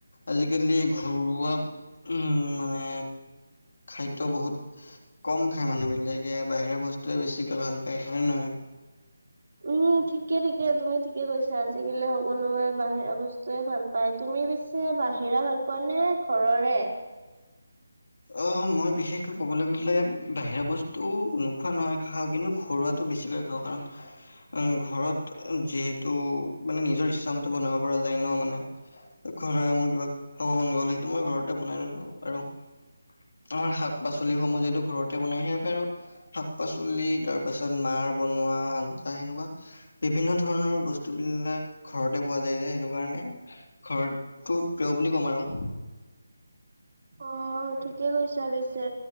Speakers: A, on the left; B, on the right.
A: আজিকালি ঘৰুৱা উম মানে খাদ্য বহুত কম খাই মানুহ বিলাকে বাহিৰাৰ বস্তুয়ে বেছিকৈ ভাল পায় হয় নে নহয়?
B: উম ঠিকে ঠিকে তুমি ঠিকে কৈছা, আজিকালি সকলোৱে বাহিৰা বস্তু টোৱে ভাল পায়। তুমি পিছে বাহিৰা ভাল পোৱা নে ঘৰৰে?
A: অ মই বিশেষকৈ ক'বলৈ গ'লে বাহিৰা বস্ তো নোখোৱা নহয় খাওঁ কিন্তু ঘৰুৱাটো বেছিকৈ খাওঁ কাৰণ ঘৰত যিহেতু মানে নিজৰ ইচ্ছা মতে বনাব পৰা যায় ন মানে ঘৰত মোৰ কিবা খাব মন গ'ল সেইটো মই ঘৰতে বনাই ললো আৰু আমাৰ শাক পাচলিসমূহ যিহেতু ঘৰতে বনাইহি সেই বাবে আৰু শাক পাচলি তাৰ পাছত মাৰ বনোৱা আঞ্জা সেনেকুৱা বিভিন্ন ধৰণৰ বস্তু বিলাক ঘৰতে পোৱা যায় যে সেইটো কাৰণে ঘৰটো প্ৰিয় বুলি ক'ম আৰু
B: অ ঠিকে কৈছা পিছে